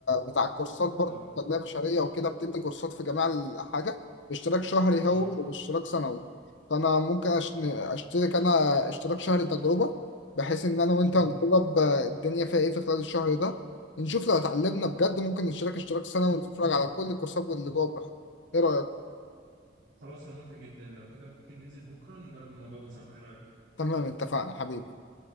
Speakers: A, on the left; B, on the right.
A: بتاع كورسات برضو
B: اه
A: تنميه بشريه وكده بتدي كورسات في جميع الحاجه اشتراك شهري
B: اه
A: هو واشتراك سنوي فانا ممكن أش- اشترك انا اشتراك شهري تجربه بحيث ان انا وانت
B: اه
A: نجرب الدنيا فيها ايه في خلال الشهر ده نشوف لو اتعلمنا بجد ممكن نشترك اشتراك سنوي ونتفرج على كل الكورسات اللي جوه براحتنا ايه رايك
B: خلاص انا موافق جدا لو كده ممكن ننزل بكره نجرب الموضوع ده سوا ايه رايك
A: تمام اتفقنا حبيبي